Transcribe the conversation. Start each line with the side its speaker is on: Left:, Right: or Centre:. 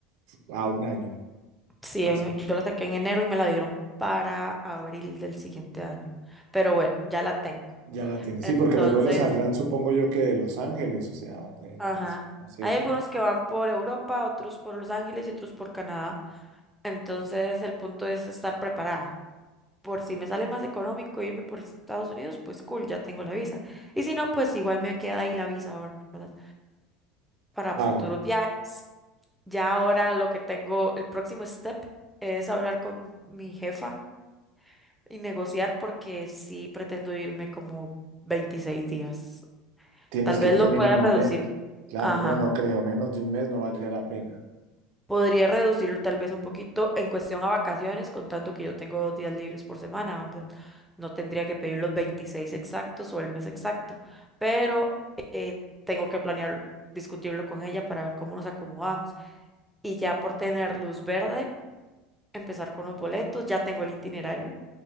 Right: a un año.
Centre: Sí,
Right: Así,
Centre: en- yo la saqué en enero y me la dieron para abril del siguiente año. Pero bueno, ya la tengo.
Right: Ya la tienes.
Centre: Entonces,
Right: Sí, porque los vuelos saldrán, supongo yo, que de Los Ángeles, o sea, del
Centre: ajá.
Right: Paso, ¿no es cierto?
Centre: Hay algunos que van por Europa, otros por Los Ángeles y otros por Canadá. Entonces, el punto es estar preparada. por si me sale más económico irme por Estados Unidos, pues cool, ya tengo la visa. Y si no, pues igual me queda ahí la visa, ¿verdad? Para
Right: Claro,
Centre: futuros viajes. Ya ahora lo que tengo, el próximo step es hablar con mi jefa y negociar porque sí pretendo irme como 26 días.
Right: tienes
Centre: Tal
Right: que
Centre: vez
Right: irte
Centre: lo
Right: mínimo
Centre: pueda reducir.
Right: un mes. Claro,
Centre: Ajá.
Right: no, no creo, menos de un mes no valdría la pena.
Centre: Podría reducirlo tal vez un poquito en cuestión a vacaciones, contando que yo tengo dos días libres por semana, ¿verdad? No tendría que pedir los 26 exactos o el mes exacto, pero eh, tengo que planear, discutirlo con ella para ver cómo nos acomodamos. Y ya por tener luz verde, empezar con los boletos, ya tengo el itinerario,